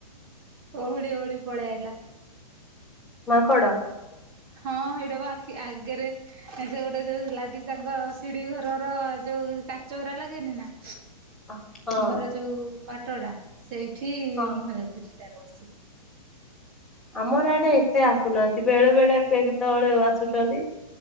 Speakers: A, on the right (about 35°); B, in the centre.
A: ଓହଳି ଓହଳି ପଳେଇ ଆଇଲା।
B: ମାଙ୍କଡ?
A: ହଁ, ହେଇଟବା ଆଖି ଆଗେରେ ଯୋଉଟା ଯୋଉ ଲାଗିଛି ତାଙ୍କ ସିଡି ଘରର ଯୋଉ କାଚଉରା ଲାଗେନି ନା?
B: ହଁ
A: ଘର ଯୋଉ ବାଟ ଟା, ସେଇଠି
B: ହଁ
A: ମୁହଁ ଦେଖୁଛି ତାର ବସିକି।
B: ଆମର ଆଡେ ଏତେ ଆସୁନାହାନ୍ତି, ବେଳେ ବେଳେ କେ କେତବେଳେ ଆସୁଚନ୍ତି,